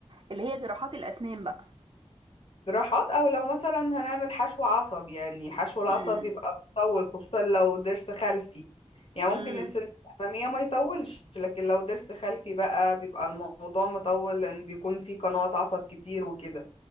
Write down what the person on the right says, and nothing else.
اللي هي جmonراحات الأسنان بقى.
إمم.
إمم.